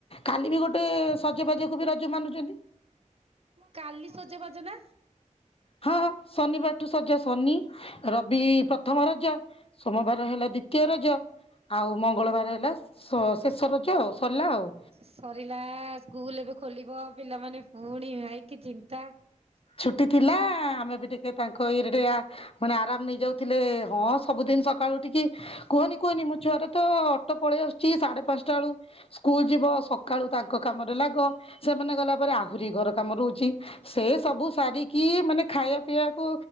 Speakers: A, on the left; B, on the right.
A: କାଲି ବି ଗୋଟେ ସଜବାଜକୁ ବି ରଜ ମାନୁଚନ୍ତି।
B: କାଲି ସଜବାଜ ନା?
A: ହଁ ଶନିବାରଠୁ ସଜ ଶନି, ରବି ପ୍ରଥମ ରଜ। ସୋମବାର ହେଲା ଦ୍ଵିତୀୟ ରଜ ଆଉ ମଙ୍ଗଳବାର ହେଲା ସ-ଶେଷ ରଜ ଆଉ। ସରିଲା ଆଉ।
B: ସରିଲା ସ୍କୁଲ ଏବେ ଖୋଲିବ, ପିଲାମାନେ ପୁଣି ଭାଇ କି ଚିନ୍ତା?
A: ଛୁଟି ଥିଲା ଆମେ ବି ଟିକେ ତାଙ୍କ ଇରିଡିଆ ମାନେ ଆରାମ ନେଇ ଯାଉଥିଲେ ହଁ ସବୁଦିନ ସକାଳୁ ଉଠିକି କୁହନି କୁହନି ମୋ ଛୁଆର ତ ଅଟୋ ପଳେଇ ଆସୁଛି ସାଢେ ପାଞ୍ଚଟା ବେଳୁ ସ୍କୁଲ ଯିବ ସକାଳୁ ତାଙ୍କ କାମରେ ଲାଗ। ସେମାନେ ଗଲା ପରେ ଆହୁରି ଘର କାମ ରହୁଛି ସେ ସବୁ ସାରିକି ମାନେ ଖାଇବା ପିଇବାକୁ